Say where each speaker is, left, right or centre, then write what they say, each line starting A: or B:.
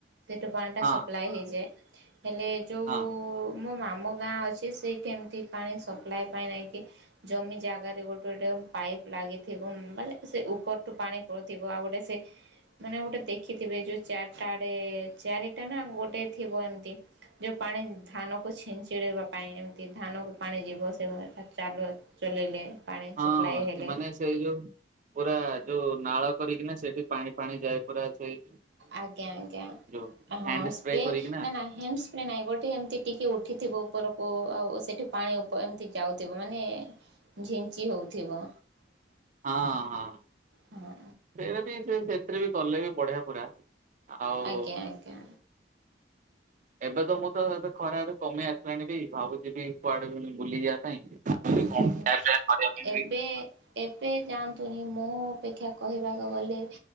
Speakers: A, on the right (about 75°); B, on the right (about 45°).
A: ସେଟୁ ପାଣିଟା
B: ହଁ
A: ସପ୍ଲାଏ ହେଇଯାଏ। ହେଲେ ଯୋଉ-ଉ-ଉ
B: ହଁ
A: ମୋ ମାମୁଁ ଗାଁ ଅଛି ସେଇଠି ଏମିତି ପାଣି ସପ୍ଲାଏ ପାଇଁ ନାଇଁକି ଜମି ଜାଗାରେ ଗୋଟେ ଗୋଟେ ପାଇପ ଲାଗିଥିବ। ବଲେ ସେ ଉପରଠୁ ପାଣି ପଡୁଥିବ। ଆଉ ଗୋଟେ ସେ ମାନେ ଗୋଟେ ଦେଖିଥିବେ ଯୋଉ ଚାରିଟା ଆଡେ-ଏ-ଏ ଚାରିଟା ନା ଗୋଟେ ଥିବ ଏମିତି ଯେଉଁ ପାଣି ଧାନକୁ ଛିଞ୍ଚିଡ଼େଇବା ପାଇଁ ଏମିତି ଧାନକୁ ପାଣି ଯିବ ସେ ଚାଲୁ ଚଲେଇଲେ ପାଣି ସପ୍ଲାଏ
B: ହଁ ସେମାନେ
A: ହେଲେ
B: ସେଇ ଯୋଉ ପୁରା ଯୋଉ ନାଳ କରିକିନା ସେଠି ପାଣି ପାଣି ଯାଏ କରାଯାଏ
A: ଆଜ୍ଞା ଆଜ୍ଞା
B: ହ୍ୟାଣ୍ଡ
A: ହଁ ସ୍ପ୍ରେ।
B: କରିକିନା
A: ନା ନା ହ୍ୟାଣ୍ଡ ସ୍ପ୍ରେ ନାହିଁ ଗୋଟେ ଏମତି ଟିକେ ଉଠିଥିବ ଉପରକୁ ଆଉ ସେଠି ପାଣି ଉପ ଏମିତି ଯାଉଥିବ ମାନେ ଝିଞ୍ଚି ହଉଥିବ
B: ହଁ ହଁ
A: ହଁ
B: <unintelligible> ସେ ରେ ବି କଲେ ବି ବଢିଆ ପୁରା ଆଉ
A: ଆଜ୍ଞା ଆଜ୍ଞା।
B: ଏବେ ତ ମୁଁ ତ ଏବେ ଖରା ଏବେ କମେଇ ଆସିଲାଣି ବି ଭାବୁଛି ବି କୁଆଡେ ବି ବୁଲି ଯିବା ପାଇଁ କରିବା
A: ହୁଁ
B: ପାଇଁ
A: ଏବେ
B: ବି
A: ଏବେ ଯାଆ ତୁଣି ମୁଁ ଅପେକ୍ଷା କହିବାକୁ ଗଲେ ଅ